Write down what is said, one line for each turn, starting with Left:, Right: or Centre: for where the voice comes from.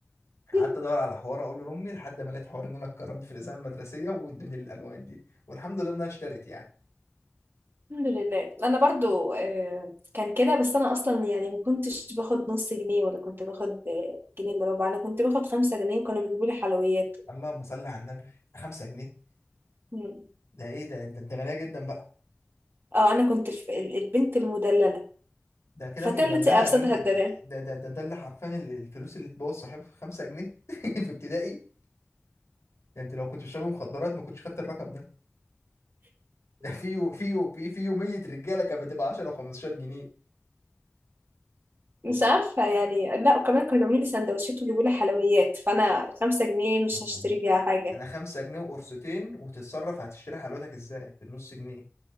Left: قعدت
Right: <laughs>
Left: ادور على حوار اقول له لامي لحد ما لقيت حوار ان انا اتكرمت في الاذاعه المدرسيه وادوني الالوان دي والحمد لله انها اشترت يعني
Right: الحمد لله انا برضو آه، كان كده بس انا اصلا يعني ما كنتش باخد نص جنيه ولا كنت باخد آه، جنيه الا ربع انا كنت باخد خمسة جنيه وكانوا بيجيبوا لي حلويات
Left: اللهم صل على النبي 5 جنيه
Right: مم.
Left: ده ايه ده انت انت غنيه جدا بقى
Right: اه انا كنت الف- ال- البنت المدللة
Left: ده كده
Right: الفتاة
Left: مش مدلله
Right: التي افسدها
Left: يا بنتي
Right: الدلال
Left: ده ده ده, ده, ده اللي حرفيا ال- الفلوس اللي تبوظ صاحبها 5 جنيه <laughs> في ابتدائي ده انت لو كنت بتشرب مخدرات ما كنتش خدت الرقم ده ده في يو في يو في في يوميه رجاله كانت بتبقى 10 و15 جنيه
Right: مش عارفة يعني لا وكمان كانوا بيعملوا لي سندوتشات ويجيبوا لي حلويات فانا الخمسة جنيه مش
Left: 5
Right: هشتري
Left: جنيه
Right: بيها حاجة
Left: انا 5 جنيه وقرصتين وتتصرف هتشتري حلوتك ازاي بالنص جنيه